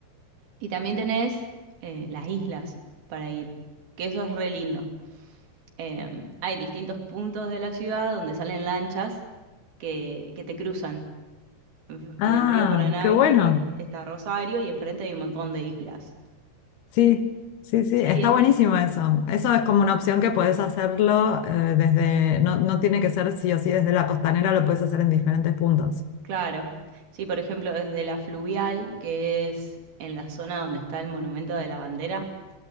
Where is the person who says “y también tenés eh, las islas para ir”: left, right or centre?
Right